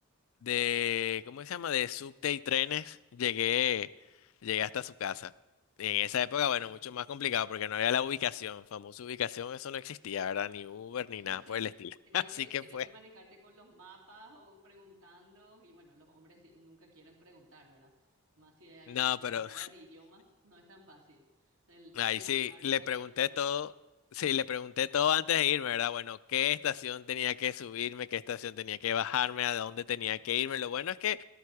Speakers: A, on the left; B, on the right.
A: de, ¿cómo se llama? De subte y trenes, llegué, llegué hasta su casa. Y en esa época,
B: Híjole.
A: bueno, mucho más complicado porque no había la ubicación, famosa ubicación, eso no existía, ¿verdad? Ni Uber
B: <laughs>
A: ni nada
B: Sí,
A: por el estilo.
B: tenías
A: <laughs> Así
B: que,
A: que
B: tenías
A: fue.
B: que manejarte con los mapas o preguntando, y bueno, los hombres sí- nunca quieren preguntar, ¿verdad? Más si hay
A: No,
B: barrera
A: pero
B: de idioma, no es tan fácil el
A: ahí
B: preguntar
A: sí, le
B: una
A: pregunté
B: dirección.
A: todo, sí, le pregunté todo antes de irme, ¿verdad? Bueno, qué estación tenía que subirme, qué estación tenía que bajarme, a dónde tenía que irme. Lo bueno es que